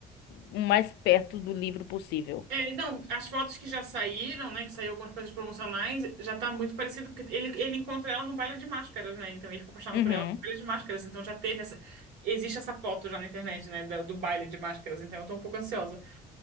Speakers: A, on the left; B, on the right.
A: o mais perto do livro possível.
B: É, não, as fotos que já saíram, né? Que saiu algumas coisas promocionais, já tá muito parecido, porque ele, ele encontra ela no baile de máscaras, né? Então ele fica apaixonado
A: Uhum.
B: por ela no baile de máscaras. Então já teve essa. Existe essa foto já na internet, né? Do, do baile de máscaras. Então eu tô um pouco ansiosa.